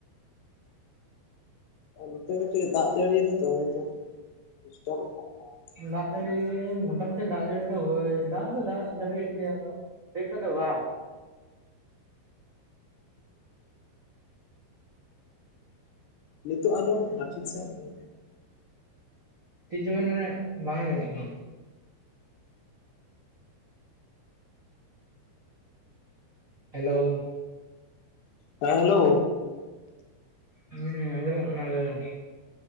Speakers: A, on the left; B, on the right.
A: ᱟᱨ ᱱᱚᱛᱮ ᱪᱮᱜ ᱫᱟᱜᱽ ᱡᱟᱹᱲᱤᱭ ᱫᱟ ᱛᱚ ᱦᱚᱭᱛᱚ ᱰᱤᱥᱴᱟᱵᱚᱜ ᱠᱟᱱᱟ
B: ᱫᱟᱜᱽ ᱡᱟᱹᱲᱤ ᱢᱚᱴᱟᱢᱩᱴᱤ ᱫᱟᱜᱽ ᱡᱟᱹᱲᱤ ᱫᱚ ᱦᱳᱭ ᱫᱟᱜᱽ ᱫᱚ ᱫᱟᱜᱽ ᱡᱟᱹᱲᱤᱭᱮᱜ ᱜᱮᱭᱟ ᱟᱫᱚ, ᱱᱤᱛᱚᱜ ᱫᱚ ᱵᱟᱝ᱾
A: ᱱᱤᱛᱚᱜ ᱟᱸᱡᱚᱢ ᱠᱟᱱᱟ ᱴᱷᱤᱠ ᱥᱟᱹᱦᱤᱜ ᱨᱮ,
B: ᱪᱮᱛ ᱪᱚ ᱵᱮᱱ ᱢᱮᱱᱮᱜ ᱵᱟᱝ ᱟᱸᱡᱚᱢᱚᱜ ᱠᱟᱱᱟ᱾ ᱦᱮᱞᱳ,
A: ᱦᱮᱸ ᱦᱮᱞᱳ,
B: ᱦᱩᱸ ᱟᱸᱡᱚᱢᱚᱜ ᱠᱟᱱᱟ ᱞᱟᱹᱭ ᱵᱮᱱ?